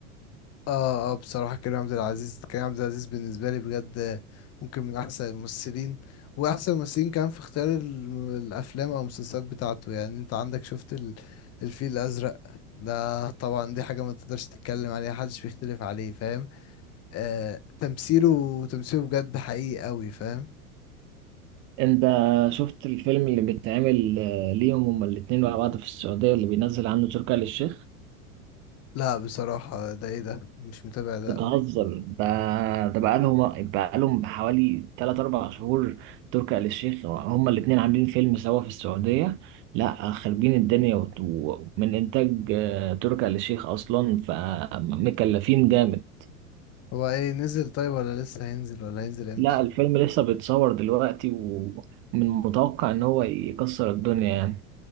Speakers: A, on the left; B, on the right.
A: اه اه بصراحة كريم عبد العزيز كريم عبد العزيز بالنسبة لي بجد ممكن من أحسن الممثلين وأحسن الممثلين كان في اختيار الم- الأفلام أو المسلسلات بتاعته يعني أنت عندك شفت ال- الفيل الأزرق ده طبعا دي حاجة ما تقدرش تتكلم عليها محدش بيختلف عليه فاهم آه تمثيله تمثيله بجد حقيقي أوي فاهم
B: انت شفت الفيلم اللي بيتعمل آه، ليهم هما الاتنين مع بعض في السعودية اللي بينزل عنه تركي آل الشيخ
A: لا بصراحة ده ايه ده مش متابع ده
B: بتهزر
A: أوي
B: ده ده بقالهم بقالهم حوالي 3 4 شهور تركي آل الشيخ هما الاتنين عاملين فيلم سوا في السعودية لا خربين الدنيا وت- ومن انتاج آه، تركي آل الشيخ اصلا فمكلفين جامد
A: هو ايه نزل طيب ولا لسه هينزل ولا هينزل امتى
B: لا الفيلم لسه بيتصور دلوقتي ومن متوقع ان هو يكسر الدنيا يعني